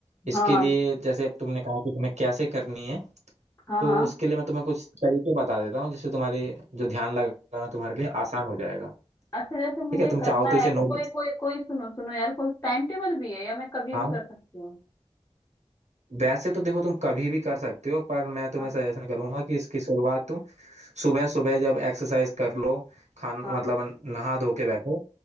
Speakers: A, on the right; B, on the left.
A: इसके
B: हाँ
A: लिए जैसे अब तुमने कहा कि तुम्हें कैसे करनी है
B: हाँ
A: तो
B: हाँ
A: उसके लिए मैं तुम्हें कुछ तरीके बता देता हूँ जिससे तुम्हारी जो ध्यान लगाना तुम्हारे लिए आसान हो जाएगा
B: अच्छा जैसे मुझे
A: ठीक है तुम
B: करना
A: चाहो तो
B: है
A: इसे
B: तो
A: नोट
B: कोई कोई कोई सुनो सुनो यार कोई टाइम टेबल भी है या मैं कभी
A: हाँ
B: भी कर सकती हूँ
A: वैसे तो देखो तुम कभी भी कर सकते हो पर मैं तुम्हें
B: हाँ
A: सजेशन करूंगा कि इसकी शुरुआत तुम सुबह सुबह जब एक्सरसाइज कर लो खान
B: हाँ
A: मतलब नहा धो के बैठो